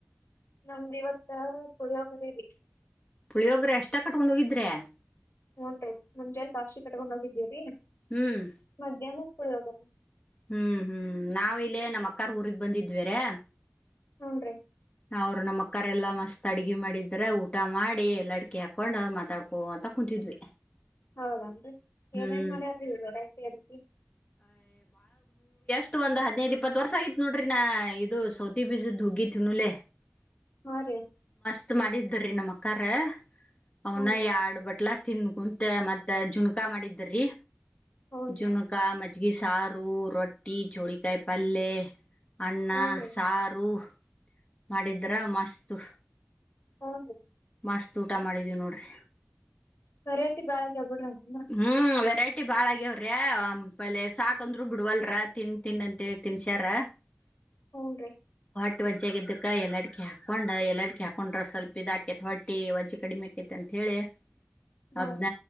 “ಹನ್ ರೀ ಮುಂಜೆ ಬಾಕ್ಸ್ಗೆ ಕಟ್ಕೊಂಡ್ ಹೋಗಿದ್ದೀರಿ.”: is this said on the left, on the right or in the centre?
Left